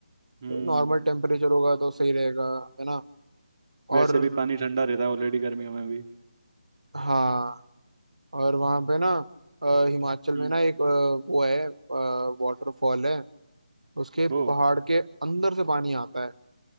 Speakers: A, on the right (about 85°); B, on the right (about 35°).
A: तो
B: हम्म
A: नॉर्मल टेम्परेचर होगा तो सही रहेगा है ना
B: वैसे
A: और
B: भी पानी ठंडा रहता है ऑलरेडी गर्मियों में भी
A: हाँ और वहाँ पे ना अ, हिमाचल
B: हम्म
A: में ना एक अ, वो है वाटरफॉल है उसके
B: ओ
A: पहाड़ के अंदर से पानी आता है